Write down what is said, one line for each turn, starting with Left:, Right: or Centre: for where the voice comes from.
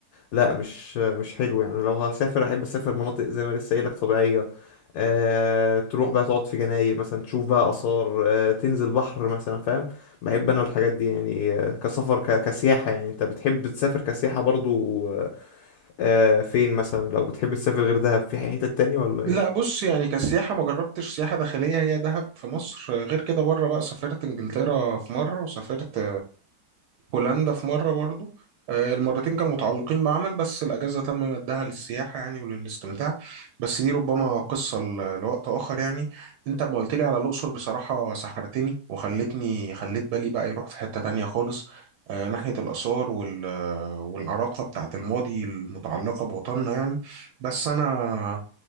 Left: لا مش مش حلو يعني لو هسافر احب اسافر مناطق زي ما لسه قايلك طبيعيه أه تروح بقى تقعد في جناير مثلا تشوف بقى اثار أه تنزل بحر مثلا فاهم بحب انا الحاجات دي يعني آه، كسفر ك- كسياحه يعني انت بتحب تسافر كسياحه برضو أه فين مثلا لو بتحب تسافر غير دهب في حتت تانية ولا ايه
Right: لا بص يعني كسياحة ما جربتش سياحة داخلية هي دهب في مصر غير كده بره بقى سافرت انجلترا في مرة وسافرت هولندا في مرة برضو آه، المرتين كانوا متعلقين بعمل بس الأجازة تم مدها للسياحة يعني وللاستمتاع بس دي ربما قصة ل- لوقت آخر يعني أنت ما قلت لي على الأقصر بصراحة سحرتني وخلتني خليت بالي بقى يروح في حتة تانية خالص آه، ناحية الآثار وال- والعراقة بتاعت الماضي المتعلقة بوطننا يعني بس أنا